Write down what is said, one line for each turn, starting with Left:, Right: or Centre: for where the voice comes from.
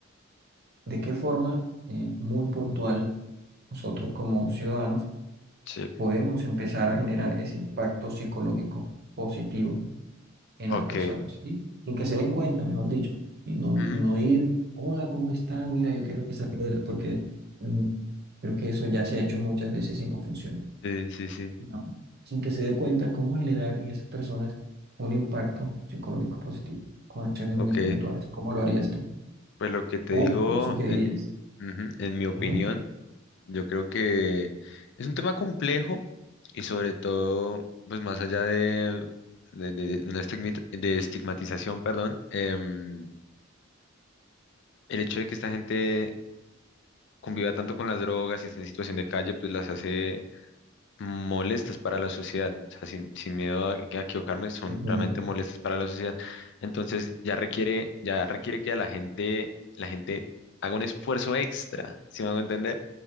Right: ¿de qué forma eh, muy puntual? nosotros como ciudadanos
Left: sí.
Right: podemos empezar a generar ese impacto psicológico positivo en
Left: Ok.
Right: las personas, ¿sí? Sin que se den cuenta, mejor dicho, y no,
Left: ujú,
Right: no ir, hola, ¿cómo están? Mira, yo quiero que salga de la-", porque mm, creo que eso ya se ha hecho muchas veces y no funciona,
Left: Sí, sí, sí.
Right: ¿no? Sin que se dé cuenta cómo generar en esas personas un impacto psicológico positivo, con acciones
Left: Ok.
Right: muy puntuales. ¿Cómo lo harías tú?
Left: Pues lo que te
Right: O
Left: digo,
Right: bueno, ¿cómo sugerirías?
Left: en, ujú, en mi opinión,
Right: Ujú,
Left: yo creo que es un tema complejo y sobre todo, pues más allá de, de, de una estigmit- de estigmatización, perdón. em, el hecho de que esta gente conviva tanto con las drogas y esté en situación de calle, pues las hace molestas para la sociedad. O sea, sin, sin miedo a, a equivocarme, son
Right: ujú.
Left: realmente molestas para la sociedad. Entonces ya requiere, ya requiere que a la gente, la gente haga un esfuerzo extra, si me van a entender?